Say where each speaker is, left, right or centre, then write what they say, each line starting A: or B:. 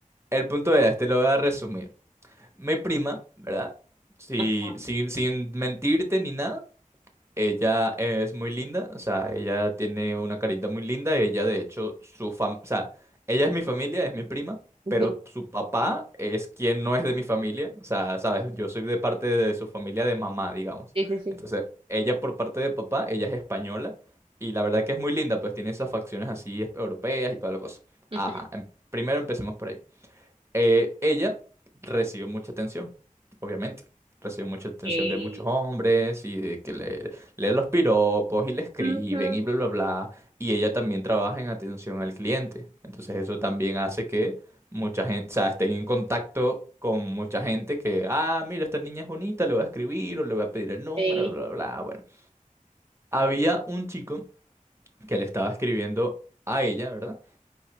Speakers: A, on the right; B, on the right.
A: El punto es, te lo voy a resumir. Mi prima, ¿verdad? Si-
B: Ajá.
A: si- sin mentirte ni nada, ella es muy linda, o sea, ella tiene una carita muy linda, ella de hecho, su fam, o sea, ella es mi familia, es mi prima,
B: Ujú.
A: pero su papá es quien no es de mi familia, o sea, sabes, yo soy de parte de su familia de mamá, digamos.
B: Sí, sí, sí.
A: Entonces, ella por parte de papá, ella es española, y la verdad que es muy linda, pues tiene esas facciones así es- europeas y toda la cosa.
B: Ujú.
A: Ajá, em- primero empecemos por ahí. Eh, ella recibió mucha atención, obviamente. Recibió mucha atención
B: Eh,
A: de muchos hombres y de que le leen los piropos y le escriben
B: ujú.
A: y bla, bla, bla. Y ella también trabaja en atención al cliente. Entonces eso también hace que mucha gente, o sea, estén en contacto con mucha gente que, ah, mira, esta niña es bonita, le voy a escribir o le voy a pedir el número,
B: Eh,
A: bla, bla, bla. Bueno, había un chico que le estaba escribiendo a ella, ¿verdad?